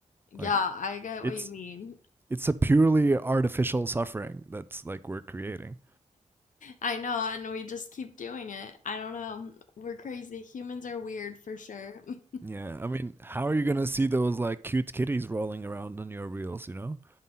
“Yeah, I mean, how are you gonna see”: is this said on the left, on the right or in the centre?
Right